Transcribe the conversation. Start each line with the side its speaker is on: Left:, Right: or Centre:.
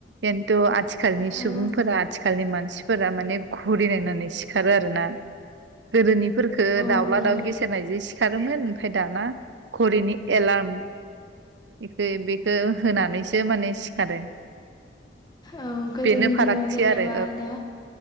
Right: खिन्थु आथि आथिखालनि सुबुंफोरा
Left: औ
Right: आथिखालनि मानसिफोर मानफोरा माने घुरि नायनानै सिखारो आरो ना गोदोनि खो दाउला
Left: औ बेनो
Right: दाउ गेसेेरनायजों सि सारोमोन ओमफाय दाना घरिनि एलार्म बेखो बेखो होनानैसो माने सिखारो
Left: औ गोदोनि
Right: बेनो फारागथि
Left: दिनाव जेनेबा
Right: आरो
Left: दा